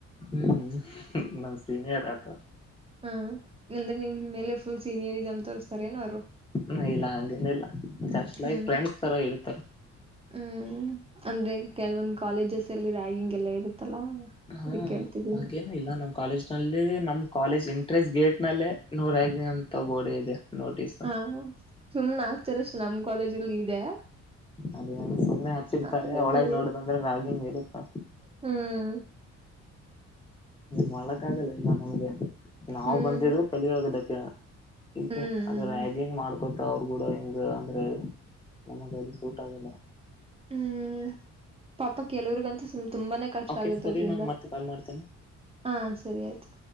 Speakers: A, on the left (about 15°); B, on the right (about 20°).
A: ಹ್ಮ್ ನಮ್ ಸೀನಿಯರ್ ಆತ
B: ಹಾ ಅಂದ್ರೆ ನಿಮ್ ಮೇಲೆ ಫುಲ್ ಸೀನಿಯರಿರ್ಸಮ್ ತೋರ್ಸ್ತಾರ ಏನ ಅವ್ರು
A: ಹ ಇಲ್ಲ ಹಂಗೇನ ಇಲ್ಲ ಜಸ್ಟ್ ಲೈಕ್
B: ಹ್ಮ್
A: ಫ್ರೆಂಡ್ಸಸ್ತಾರ ಇರ್ತಾರ
B: ಹ್ಮ್ ಅಂದ್ರೆ ಕೆಲ್ವೊಂದ್ ಕಾಲೇಜಸ್ ಎಲ್ಲಿ ರಗಿಂಗ್ ಎಲ್ಲ ಇರುತ್ತಲ್ಲ
A: ಹ್ಮ
B: ಅದಕ್ಕೆ ಕೇಳ್ತಿದ್ದೀನಿ
A: ಹಗೆಂ ಇಲ್ಲ ನಮ್ ಕಾಲೇಜ್ ನಲ್ಲಿ ನಮ್ ಕಾಲೇಜ್ ಎಂಟ್ರೆನ್ಸ್ ಗೇಟ್ ನಲ್ಲೇ ನೋ ರಗಿಂಗ್ ಅಂತ ಬೋರ್ಡ್ ಇದೆ ನೋಟಿಸ್
B: ಹಾ ಸುಮ್ನೆ ಆಗ್ತಾರ ಅಷ್ಟ ನಮ್ ಕಾಲೇಜಲ್ ಇದೆ
A: ಅದ ಸುಮ್ಮನೆ ಹಚ್ಚಿರ್ತಾರೆ
B: ಅದ್ರ
A: ಒಳಗ್
B: ನಡಿ
A: ನೋಡದಂದ್ರೆ ರಗಿಂಗ್ ಇರುತ್ತಾ
B: ಹ್ಮ್
A: ಮೊಳಕ ಆಗಲ್ಲ ಇಲ್ಲ ನಮ್ಗೆ ನಾವು
B: ಹ್ಮ್
A: ಬಂದಿದು ಕಲಿಯಾಗದಕ್ಕೆ ಈ
B: ಹ್ಮ್
A: ಅದು ರಗಿಂಗ್
B: ಹ್ಮ್
A: ಮಾಡ್ ಗತಾ ಅವ್ರರುಗೂಡ ಹಿಂಗ ಅಂದ್ರೆ ನಮಗ ಅದು ಸೂಟ್ ಆಗಲ್ಲ
B: ಹ್ಮ್ ಪಾಪ ಕೆಲವ್ರಗಂತ್ ತುಂಬಾನ ಕಷ್ಟ
A: ಓಕೆ
B: ಆಗತ್ತ
A: ಸರಿ
B: ಅದ್ರಿಂದ
A: ನಾನ್ ಮತ್ತೆ ಕಾಲ್ ಮಾಡ್ತೇನೆ.
B: ಹಾ ಸರಿ ಆಯ್ತು